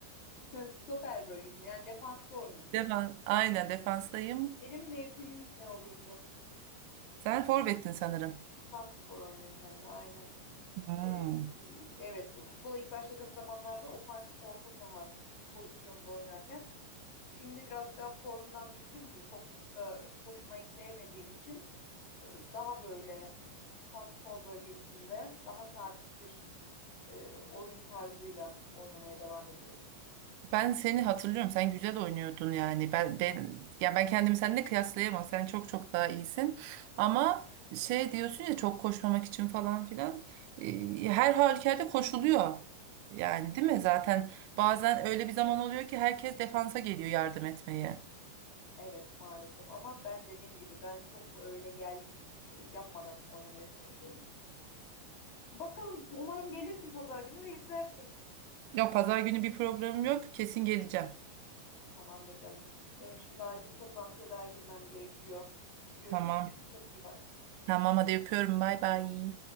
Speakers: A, on the left; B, on the right.
A: <laughs> Stoper bölgesinde. Yani defansta oynuyorsun.
B: Defan, aynen defanstayım.
A: Benim mevkimin ne olduğunu biliyor musun?
B: Sen forvettin sanırım.
A: Santrfor oynuyorum ben de aynen.
B: Hmm.
A: Ee, evet, futbola ilk başladığım zamanlarda ofansif orta saha pozisyonunda oynarken şimdi biraz daha formdan düştüğüm için çok da koşmayı sevmediğim için e, daha böyle santrfor bölgesinde daha sabit bir e, oyun tarzıyla oynamaya devam ediyorum.
B: Ben seni hatırlıyorum. Sen güzel oynuyordun yani. Ben ben ya ben kendimi seninle kıyaslayamam. Sen çok çok daha iyisin. Ama şey diyorsun ya çok koşmamak için falan filan. Ee, Her halükarda koşuluyor. Yani değil mi? Zaten bazen öyle bir zaman oluyor ki herkes defansa geliyor yardım etmeye.
A: Evet maalesef ama ben dediğim gibi ben çok da öyle gel git e, yapmadan oynamaya çalışıyorum. Bakalım umarım gelirsin pazar günü ve izlersin.
B: Yok pazar günü bir programım yok. Kesin geleceğim.
A: Tamamdır canım. Benim şimdi acil bir toplantıya daha girmem gerekiyor. Görüşürüz.
B: Tamam.
A: Kendine çok iyi bak.
B: Tamam hadi öpüyorum. Bay bay.